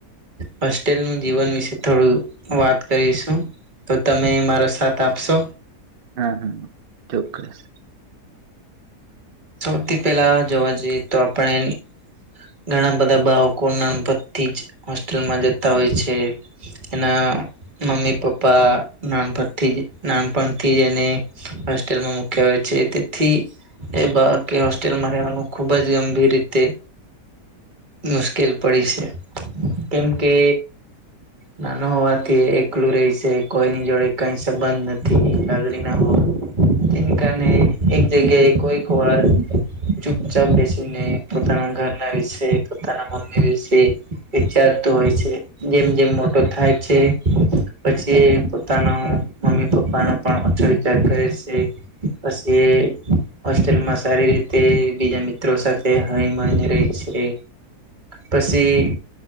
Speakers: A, on the right (about 30°); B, on the right (about 80°).
A: હોસ્ટેલ નું જીવન વિશે થોડું વાત કરીશું તો તમે એમાં પ્ર સાથ આપશો
B: હમ હમ ચોક્કસ
A: સૌથી પહેલા જોવા જઈએ તો આપણે એને ઘણા બધા બાળકો નાનપણ થીજ હોસ્ટેલમાં જતા હોય છે. એના મમ્મી પપ્પા નાનપણ થીજ નાનપણ થીજ એને હોસ્ટેલમાં મૂક્યા હોઈ છે તેથી એ બા કી હોસ્ટેલમાં રહેવાનું ખુબ જ ગંભીર રીતે મુશ્કેલ પડી છે કેમ કે? નાનું હોવાથી એકલું રહીશે, કોઈની જોડે કઈ સંબંધ નથી, લાગણી ના હો. જેને કારણે એક જગ્યા કોઈકવાર ચૂપચાપ બેસીને પોતાના ઘરના વિશે, પોતાના મમ્મી વિશે વિચાર તો હોય છે. જેમ જેમ મોટો થાય છે. પછી પોતાનો મમ્મી પપ્પાનો પણ અછો વિચાર કરે છે પછી એ હોસ્ટેલમાં સારી રીતે બીજા મિત્રો સાથે હળી મળી ને રે છે. પછી?